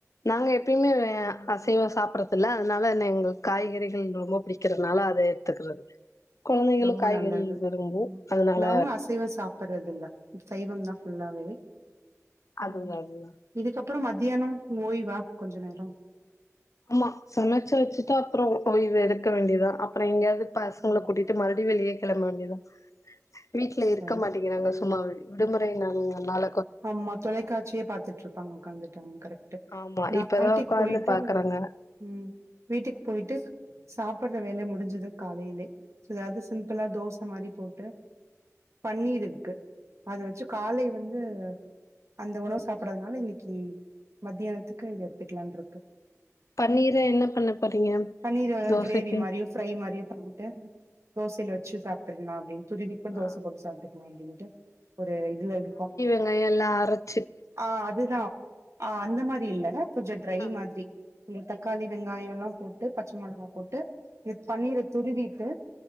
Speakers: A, on the left (about 75°); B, on the right (about 60°).
A: நாங்க எப்பயுமே வே அசைவோ சாப்படுறதில்ல அதனால எங்களுக்கு காய்கறிகள் ரொம்ப புடி க்கிறதுனால அத எடுத்துக்கிறது கொழந்தைகளு
B: ரொம்ப
A: காய்கறி
B: நல்லது
A: விரும்பு
B: ம்
A: அதனால
B: நாங்களு அசைவ சாப்றது இல்ல சைவந் தா ஃபுல்லாவே
A: அதுதா
B: ம்
A: அதுதா
B: இதுக்கப்பறோ மத்தியானம் ஓய்வா கொஞ்ச நேரோ
A: ஆமா சமச்சு வச்சுட்டா அப்பறோ ஓய்வு எடுக்க வேண்டியதா அப்பற எங்கேயாவது பசங்கள
B: ம்
A: கூட்டிட்டு ட்டு மறுபடி வெளிய கெளம்ப வேண்டியதா வீட்ல இருக்க
B: சரி
A: மாட்டே கிறாங்க சும்மாவே விடுமுறை நாளுங்கிற நாள
B: ஆமா தொலைக்காட்சியே பாத்துட்டு இருப்பாங்க உட்காந்துட்டு ஆம கரெக்ட்டு
A: ஆமா
B: நா
A: இப்பதா
B: வீட்டுக்கு
A: உக்காந்து
B: போயிட்டு
A: பாக்குறாங்க
B: ம் வீட்டுக்கு போயிட்டு ஸ் சாப்டுற வேல முடிஞ்சிது காலேலே சோ எதாவது சிம்பிளா தோச மாரி போட்டு பன்னீர் இருக்கு அத வச்சு காலை வந்து அந்த உணவு சாப்படுறதுனால இன்னைக்கி மத்தியானத்துக்கு இத எடுத்துக்கலானுருக்கு
A: பன்னீர என்ன பண்ண போறீங்க
B: பன்னீர் ஏதாவது
A: தோசைக்கி
B: கிரேவி மாரியோ ஃப்ரை மாரியே பண்ணிட்டு தோசேல வச்சு சாப்டிர்லா அப்டினு துரிவி இப்டு
A: ஆ
B: தோச போட்டு சாப்ட்டுக்கலா அப்டின்ட்டு ஒரு இதுல இருக்கோ
A: லை எல்லா அறுத்
B: ஆஹ் அதுதா ஆ அந்த மாரி இல்ல கொஞ்சோ ட்ரை
A: ஆ
B: மாதிரி இந்த தக்காளி வெங்காய எல்லா போட்டு பச்ச மொளகா போட்டு இந்த பன்னீர துருவிட்டு